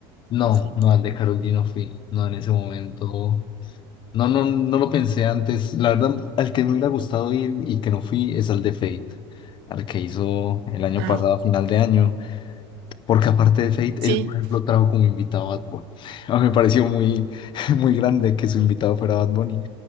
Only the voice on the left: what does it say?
no,
no, al de Karol G no fui, no en ese momento. No, no, no lo pensé antes. La verdad, al que me hubiera gustado ir y que no fui es al de Fate, al que hizo el año
pasado, a final de año, porque aparte de Fate,
él, por ejemplo, trajo como invitado a Bad Bunny. <laughs> A mí me pareció muy, <laughs> muy grande que su invitado fuera Bad Bunny.